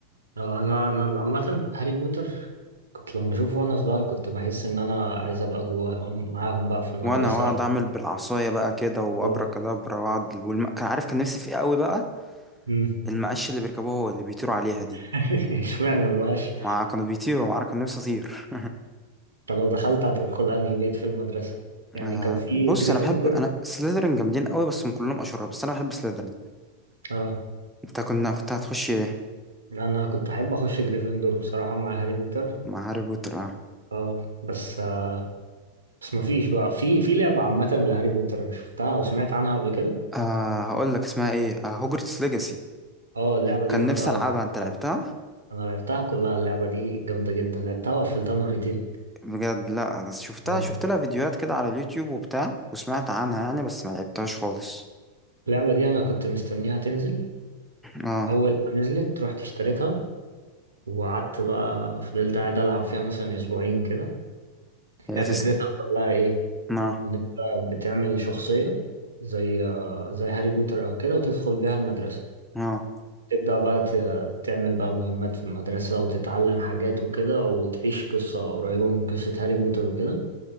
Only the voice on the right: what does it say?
آه، انا انا عامه هاري بوتر كنت لما بشوفه وانا صغير كنت بحس ان انا عايز ابقى جواهم معاهم بقى في المدرسه
و...
آه،
مم.
<laughs> اشمعنى المقاش
طب لو دخلت هتدخل انهي بيت في المدرسه
يعني
كان في
جريفندور
اه
انا كنت احب اخش جريفندور بصراحه مع هاري بوتر
اه بس آه بس مفيش بقى في في لعبه عامه لهاري بوتر شفتها او سمعت عنها قبل كده
اه اللعبه دي
جامده
قوي
انا لعبتها
انا لعبتها كلها اللعبه دي جامده جدا لعبتها وقفلتها مرتين
آه،
اللعبة دي أنا كنت مستنيها تنزل
أول ما نزلت رحت اشتريتها وقعدت بقى فضلت قاعد ألعب فيها مثلا أسبوعين كده
هي
فكرتها كلها إيه؟
إن أنت بتعمل شخصية زي زي هاري بوتر أو كده وتدخل بيها المدرسة
تبدأ بقى ت- تعمل بقى مهمات في المدرسة وتتعلم حاجات وكده وتعيش قصة قريبة من قصة هاري بوتر وكده